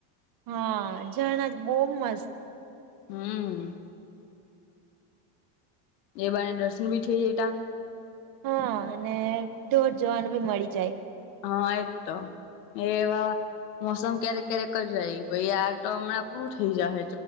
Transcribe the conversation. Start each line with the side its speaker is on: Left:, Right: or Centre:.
Right: હા રણા બહુ મસ્ત
Left: હમ્મ. એ બાને દર્શન બી થઈ જતા.
Right: હા અને ઢોર જોવાનું બી મળી જાય.
Left: હા એ તો. એવા મોસમ ક્યારેક ક્યારેક જરાય પાઈ આ તો હમણાં પૂરું થઈ જાહે.